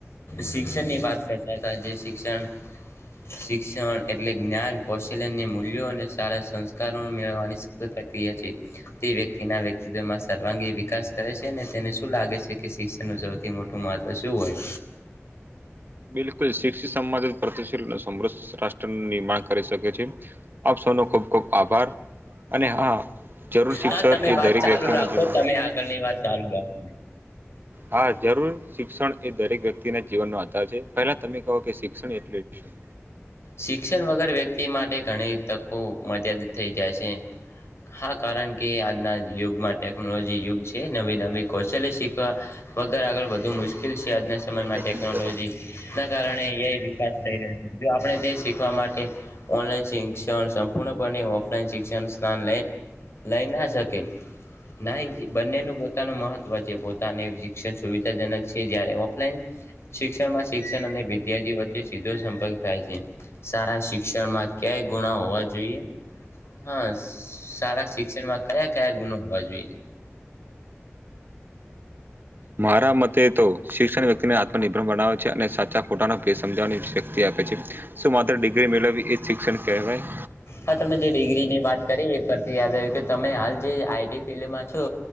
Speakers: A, on the left (about 65°); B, on the right (about 45°).
A: શિક્ષણ ની વાત કરતા હતા જે શિક્ષણ. ્ શિક્ષણ એટલે જ્ઞાન કૌશલ્યને મૂલ્યો અને સારા સંસ્કારો મેળવવાની સતા ક્રિયા છે તે વ્યક્તિના વ્યક્તિતવમાં સર્વાંગી વિકાસ કરે છે અને તેને શું લાગે છે કે શિક્ષણ ન સૌથી મોટું મહત્વ શું હોય.
B: બિલકુલ શિક્ષિત સમાજ પ્રતિશીલ સમ. રાષ્ટ્રનું નિર્માણ કરી શકે છે. આપ સૌનો ખૂબ ખૂબ આભાર અને હા જરૂર શિક્ષણ
A: હા તમે
B: એ
A: વાત
B: દરેક
A: ચાલુ
B: વ્યક્તિના
A: રાખો
B: જીવ.
A: તમે આગળની વાત ચાલુ રાખો
B: હા જરૂર શિક્ષણ એ દરેક વ્યક્તિ ના જીવનનોો આધાર છે પેલા તમે. ક કે શિક્ષણ એટલેું શું.
A: શિક્ષણ વગર વ્યક્તિ માટે ઘણી તકો મર્યાદ થઈ જાય છે. તે <inaudible> હા કારણ કે આજના યુગમાં ટેકનોલોજી યુગ છે નવી નવી કૌશલ્ય શીખવા વગર આગળ વધુ મુશ્કેલ છે આજના સમયમાં
B: બસ.
A: ટેકનોલોજી ના કારણે વિકાસ થઈ રહ્યો છે. શીખવા માટે ઓનલાઈન શિક્ષણ સંપૂર્ણપણે ઓફલાઈન શિક્ષણ. અ સ્થાન લે લઈના છે. જગન <inaudible> ના બંનેનું પોતાનું મહત્વ છે પોતાને શિક્ષણ સુવિધાજનક છે જારે ઓફલાઈન શિક્ષણમાં શિક્ષણ અને વિદ્યાર્થી વચ્ચે સીધો સંપર્ક. થાય છે સારા શિક્ષણમાં ક્યા ગુણા હોવા જોઈએ હ સારા શિક્ષણમાં કયા કયા ગુણો હોવા જોઈએ.
B: મારા મતે તો શિક્ષણ વ્યક્તિને આત્મનિર્ભર પણ બનાવવે છે અને સાચા ખોટા એ સમજાવવાની શક્તિ આપે છે શું માત્ર ડિગ્રી મેળવી એ શિક્ષણ કેવાય
A: હા તમે જે ડિગ્રીની વાત કરી એ પરથી યાદ આવ્યું કે તમે હાલ જે આઈટી ફિલ્ડમાં છો